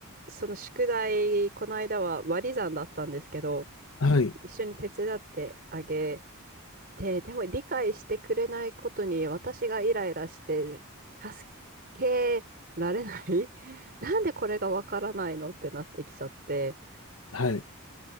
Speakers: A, on the right; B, on the left.
A: その宿題、この間は割り算だったんですけど、
B: はい。
A: 一緒に手伝ってあげて、でも理解してくれないことに私がイライラして、助けられない <laughs> なんでこれがわからないのってなってきちゃって、
B: はい。